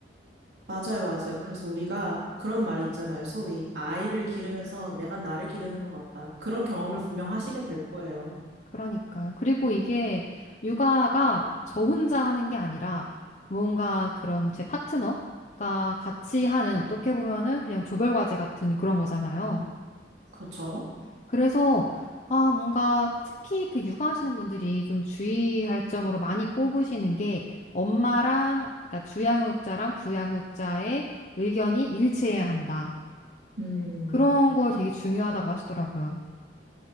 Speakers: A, on the right; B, on the left.
A: 맞아요, 맞아요. 그래서 우리가 그런 말이 있잖아요. 소위. 아이를 기르면서 내가 나를 기르는 것 같다. 그런 경험을 분명 하시게 될 거예요.
B: 그러니까요. 그리고 이게 육아가 저 혼자 하는 게 아니라 뭔가 그런 제 파트너가 같이 하는 어떻게 보면은 그냥 조별 과제 같은 그런 거잖아요.
A: 그렇죠?
B: 그래서 아, 뭔가 특히 그 육아하시는 분들이 좀 주의할 점으로 많이 꼽으시는 게 엄마랑 그러니까 주양육자랑 부양육자의 의견이 일치해야 한다.
A: 음,
B: 그런 걸 되게 중요하다고 하시더라고요.